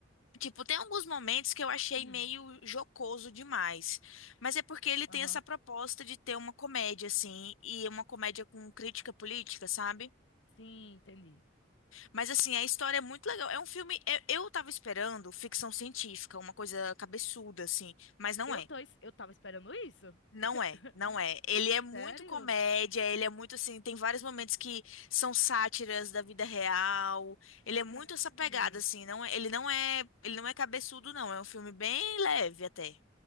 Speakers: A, on the left (about 85°); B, on the left (about 65°).
A: Tipo, tem alguns momentos que eu achei
B: Hum,
A: meio jocoso demais, mas é porque ele
B: aham.
A: tem essa proposta de ter uma comédia, assim, e uma comédia com crítica política, sabe?
B: Sim, entendi.
A: Mas, assim, a história é muito legal. É um filme. Eu eu tava esperando ficção científica, uma coisa cabeçuda, assim, mas não
B: Eu
A: é.
B: tô, es- eu tava esperando isso.
A: Não
B: <laughs>
A: é, não é. Ele é muito
B: Sério?
A: comédia, ele é muito assim, tem vários momentos que são sátiras da vida real. Ele é muito
B: Caramba.
A: essa pegada assim, não é, ele não é, ele não é cabeçudo não, é um filme bem leve até.